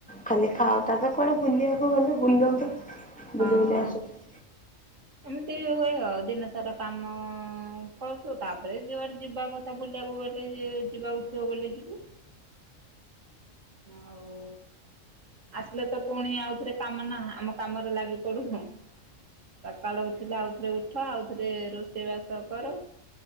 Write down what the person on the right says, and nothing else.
ହଁ
ଏମିତି ହୁଏ ହ ଦିନ ସାରା କାମଁ କରୁଥିବ ତାପରେ ଯୁଆଡେ ଯିବା କଥା ବୁଲିବାକୁ ଗଲେ ଯିବାକୁ ଥିବ ବୋଲି ଯିବୁ ଆଉ ଆସିଲେ ତ ପୁଣି ଆଉଥରେ କାମ ନା ଆମ କାମରେ ଲାଗି ପଡୁନ ସକାଳ ଉଠିଲେ ଆଉଥରେ ଉଠ ଆଉ ଥରେ ରୋଷେଇ ବାସ କର